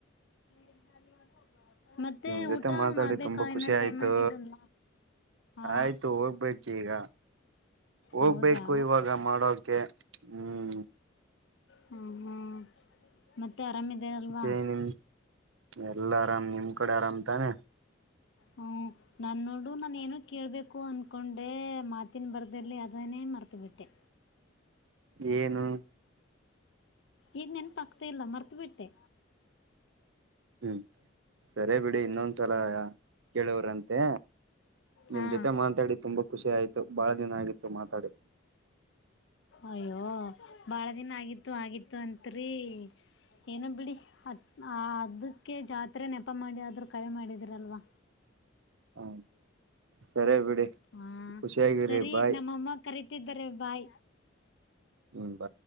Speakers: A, on the left; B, on the right.
A: <unintelligible> ಮತ್ತೆ
B: ನಿಮ್ ಜೊತೆ
A: ಊಟ
B: ಮಾತಾಡಿ
A: ಮಾಡ್ಬೇಕಾ
B: ತುಂಬಾ ಖುಷಿ
A: ಏನ
B: ಆಯ್ತು
A: ಟೈಮ್ ಆಗಿದನ್ ಹಾ.
B: ಆಯ್ತು ಹೋಗ್ಬೇಕು ಈಗ ಹೋಗ್ಬೇಕು
A: ಹೌದಾ
B: ಇವಾಗ ಮಾಡೋಕೆ ಹ್ಮ್.
A: ಹಾ ಹಾಂ ಮತ್ತೆ ಆರಾಮಿದಾರಲ್ವಾ.
B: ಕೆ ನಿಮ್ ಎಲ್ಲಾ ಆರಾಮ್ ನಿಮ ಕಡೆ ಆರಾಮ್ ತಾನೆ.
A: ಹ್ಮ್. ನಾನು ನೋಡು ನಾನುೇಏನ ಕೇಳಬೇಕು ಅಂದ್ಕೊಂಡೆ ಮಾತಿನ ಬರೆದಿರಲಿ ಅದನ್ನೇ ಮರ್ತುಬಿಟ್ಟೆ.
B: ಏನು.
A: ಈಗ ನೆನ್ ಪಕ್ತ ಇಲ್ಲ ಮರ್ತ ಬಿಿಟ್ಟೆ
B: ಹ್ಮ್ ಸರಿೇ ಬಿಡಿ ಇನ್ನೊಂದ್ಸಲ ಕೇಳವ್ರಂತೆ ನಿಮ್
A: ಹಾ
B: ಜೊತೆ ಮಾತಾಡಿ ತುಂಬಾ ಖುಷಿ ಆಯ್ತು ಬಹಳ ದಿನ ಆಗಿತ್ತು ಮಾತಾಡಿ
A: ಅಯ್ಯೋ ಭಾಳ ದಿನ ಆಗಿತ್ತು ಆಗಿತ್ತು ಅತ್ ರೀ ಏನ ಬಿಡಿ ಅ ಅದಕ್ಕೆ ಜಾತ್ರೆ ನೆಪ ಮಾಡಿ ಆದ್ರೂ ಕರೆ ಮಾಡಿದಿರಲ್ವಾ
B: ಹ ಸರಿ
A: ಹಾ
B: ಖುಷಿಯಾಗಿರಿ
A: ಸರಿ
B: ಬಾಯ್
A: ನಮ್ಮಮ್ಮ ಕರಿತಿದ್ದಾರೆ ಬಾಯ್
B: ಹ ಬ